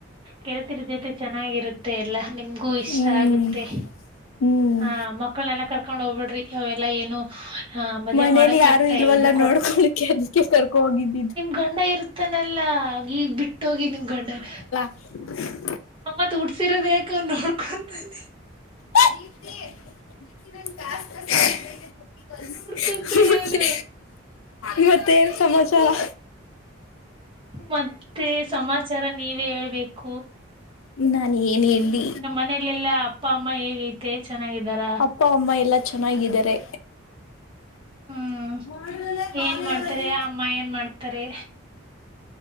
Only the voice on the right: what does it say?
ಗೆಳತಿಯರ ಜೊತೆ ಚೆನ್ನಾಗಿರುತ್ತೆ ಎಲ್ಲಾ ನಿಮ್ಗೂ ಇಷ್ಟ
ಆಗುತ್ತೆ.
ಹಾ ಮಕ್ಕಳನ್ನನೆಲ್ಲಾ ಕರ್ಕೊಂಡ್ ಹೋಗ್ ಬಿಡ್ರಿ ಅವೆಲ್ಲಾ ಏನು. ಹ ಮಜಾ
ಮಾಡಕ
ಇಟ್ಟ
ಇದು
ನಿಮ್ಮ ಗಂಡ ಇರ್ತಾನಲ್ಲಾ ಗಿ ಈಗ್ ಬಿಟ್ಟೋಗಿ ನಿಮ್ಮ ಗಂಡನ.
ಅವತ್ತ ಉಡ್ಸಿರ ಬೇಕ ನೋಡ್ಕೊಂತಾನೆ.
ನೋಡ್ಕೊಂತಾನೆ
ಅವನು
ಮತ್ತೆ ಸಮಾಚಾರ ನೀವೇ ಹೇಳ್ಬೇಕು.
ಮನೇಲೆಲ್ಲ ಅಪ್ಪ ಅಮ್ಮ ಹೇಗ ತೇ ಚೆನ್ನಾಗಿದ್ದಾರ.
ಹ್ಮ್
ಏನ್ ಮಾಡ್ತಾರೆ
ಅಮ್ಮ ಏನ್ ಮಾಡ್ತಾರೆ